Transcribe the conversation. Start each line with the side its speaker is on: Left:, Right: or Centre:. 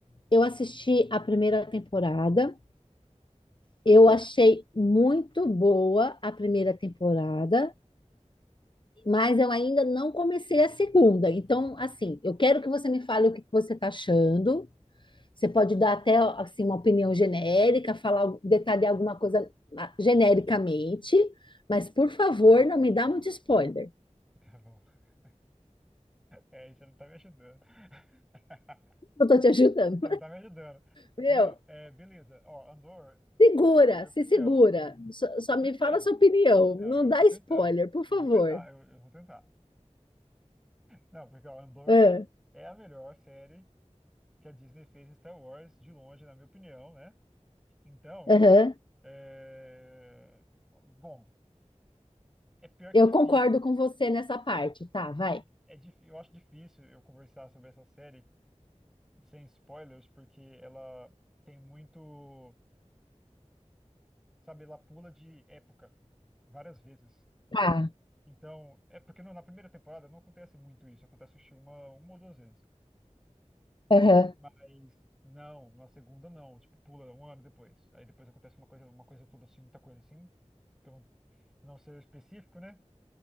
Left: eu assisti a primeira temporada. Eu achei muito boa a primeira temporada, mas eu ainda não comecei a segunda. Então, assim, eu quero que você me fale o que que você está achando. Você pode dar até assim uma opinião genérica, falar, detalhar alguma coisa ah, genericamente, mas por favor, não me dá muito spoiler.
Centre: Tá bom. <laughs> É, isso não tá me ajudando. <laughs>
Left: Eu tô te ajudando.
Centre: Você não tá me ajudando.
Left: <laughs> Meu,
Centre: Não, é, beleza. Ó, Andor,
Left: Segura,
Centre: na minha
Left: se
Centre: opinião,
Left: segura. Só,
Centre: eu
Left: só
Centre: tô tentando.
Left: me fala a sua opinião.
Centre: Não,
Left: Não
Centre: eu
Left: dá
Centre: tô tentando.
Left: spoiler, por
Centre: Eu
Left: favor.
Centre: vou tentar, eu, eu vou tentar. Não, porque ó, Andor
Left: Ah,
Centre: é a melhor série que a Disney fez em Star Wars, de longe, na minha opinião, né? Então,
Left: aham.
Centre: é... bom, é pior que
Left: Eu
Centre: difícil.
Left: concordo com você nessa parte. Tá, vai.
Centre: É, é, dif- Eu acho difícil eu conversar sobre essa série sem spoilers, porque ela tem muito, sabe, ela pula de época várias vezes.
Left: Ah,
Centre: Então, é porque no- na primeira temporada não acontece muito isso, acontece acho que uma, uma ou duas vezes.
Left: aham,
Centre: Mas não, na segunda não, tipo, pula um ano depois. Aí depois acontece uma coisa, uma coisa toda assim, muita coisa assim, então não, ser específico, né?